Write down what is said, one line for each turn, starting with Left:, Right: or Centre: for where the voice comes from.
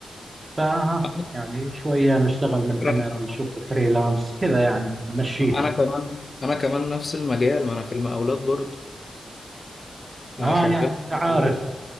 Right: ف
Left: على
Right: يعني شوية نشتغل من
Left: فكرة
Right: هنا بنشوف
Left: أنا
Right: فريلانس كذا يعني نمشيها
Left: أنا كمان أنا كمان نفس المجال وأنا في المقاولات برضه
Right: آه
Left: شغال
Right: يعني
Left: في
Right: أنت عارف
Left: المقاولات